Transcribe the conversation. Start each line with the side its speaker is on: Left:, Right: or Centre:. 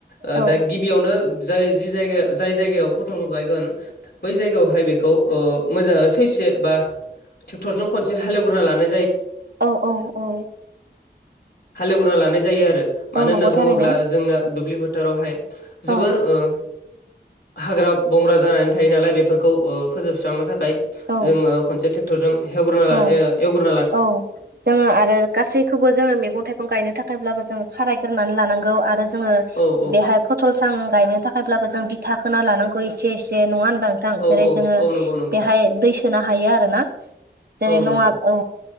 Left: ओ
Right: औ
Left: दा गिबियावनो जाय जि जाय जाय फथलखौ गायगोन बै जायगायावहाय बेखौ ओ मोजा सैसे बा ट्रेक्टर जों खनसे हालेवग्रोना लाना
Right: औ औ औ
Left: हालेवग्रोना लानाय जायो आरो। मानो
Right: औ
Left: होनना
Right: नंगौ
Left: बुङोब्ला
Right: थारैनो
Left: जोंना दुब्लि फोथारावहाय जोबोर
Right: औ
Left: ओ हाग्रा-बंग्रा जानानै थायो नालाय बेफोरखौ फोजोबस्रांनो थाखाय
Right: औ
Left: जोङो खनसे थेक्टरजों हेवग्रोना ला
Right: औ
Left: ओ एवग्रो
Right: औ जोङो आरो गासैखौबो जोङो मैगं-थाइगं गायनो थाखायब्लाबो जोङो खाराय नानै लानांगौ आरो जोङो
Left: औ औ
Right: बेहाय फथल सां गायनो थाखायब्लाबो जों बिथा खोना लानांगौ एसे एसे नङा होन नोंथां
Left: औ
Right: जेरै
Left: औ
Right: जोङो
Left: औ नंगौ नंगौ
Right: बेहाय दै सोनो हायो आरोना। जेरै
Left: औ
Right: लङा
Left: नंगौ
Right: औ